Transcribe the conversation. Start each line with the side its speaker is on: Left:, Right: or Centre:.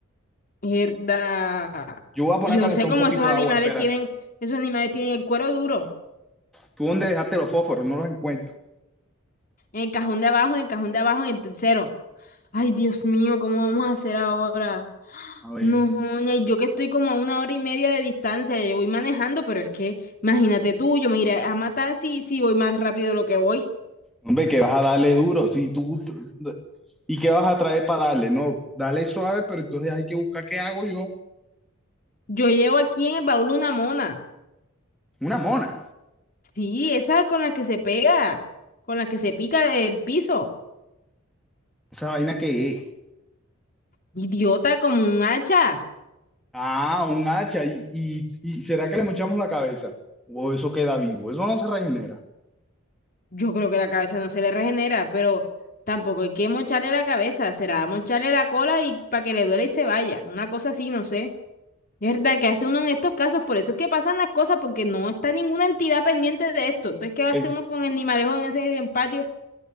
Left: Mierda.
Centre: Yo voy a poner
Left: Y Yo
Centre: a calentar
Left: no sé cómo
Centre: un poquito
Left: esos animales
Centre: de agua, espera.
Left: tienen, esos animales tienen el cuero duro,
Centre: ¿Tú dónde dejaste los fósforos? No los encuentro.
Left: en el cajón de abajo, en el cajón de abajo, en el tercero. Ay, Dios mío, ¿cómo vamos a hacer ahora?
Centre: A ver.
Left: No, joña, y yo que estoy como a una hora y media de distancia, yo voy manejando, pero es que, imagínate tú, yo me iré a matar si, si voy más rápido de lo que voy.
Centre: Hombre, que vas a darle duro. Si tú, ¿Y qué vas a traer para darle? No, dale suave, pero entonces hay que buscar qué hago yo.
Left: Yo llevo aquí en el baúl una mona.
Centre: Una mona.
Left: Sí, esa con la que se pega, con la que se pica el piso.
Centre: Esa vaina que es.
Left: Idiota como un hacha.
Centre: Ah, un hacha. ¿Y, y, y será que le mochamos la cabeza? O eso queda vivo. Eso no se regenera.
Left: Yo creo que la cabeza no se le regenera, pero tampoco hay que mocharle la cabeza. Será mocharle la cola y para que le duele y se vaya. Una cosa así, no sé. Es verdad que hace uno en estos casos, por eso es que pasan las cosas, porque no está ninguna entidad pendiente de esto. Entonces, ¿qué va a
Centre: Es,
Left: hacer uno con el animalejo en ese en patio?